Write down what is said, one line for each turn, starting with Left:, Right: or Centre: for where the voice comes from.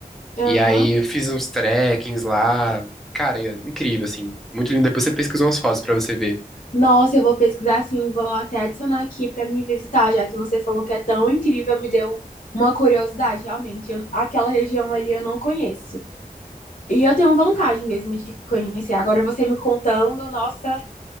Left: Aham.
Centre: E aí eu fiz uns trekkings lá. Cara, é incrível assim, muito lindo. Depois você pesquisa umas fotos pra você ver.
Left: Nossa, eu vou pesquisar sim, vou até adicionar aqui para me visitar, já que você falou que é tão incrível, me deu uma curiosidade, realmente. Eu- aquela região ali eu não conheço. E eu tenho vontade mesmo de conhecer. Agora você me contando, nossa,